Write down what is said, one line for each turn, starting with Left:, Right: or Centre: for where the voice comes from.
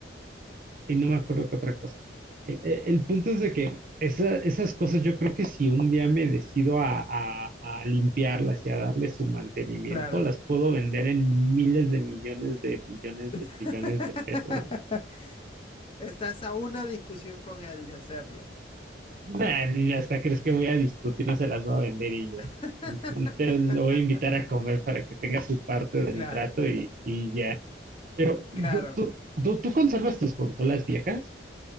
Right: y no me acuerdo qué otra cosa. El, el- el punto es de que esa- esas cosas yo creo que si un día me decido a, a- a limpiarlas y a darle su mantenimiento,
Left: Claro.
Right: las puedo vender en miles de millones de millones
Left: <laughs>
Right: de trillones de pesos.
Left: Estás a una discusión con él de hacerlo.
Right: Nah, ni hasta crees que voy a discutir, no se las va a vender y ya.
Left: <laughs>
Right: Te lo voy a invitar a comer para que tenga su parte del
Left: Claro,
Right: trato y, y ya. Pero,
Left: claro.
Right: ¿tú, tú, tú, tú conservas tus consolas viejas?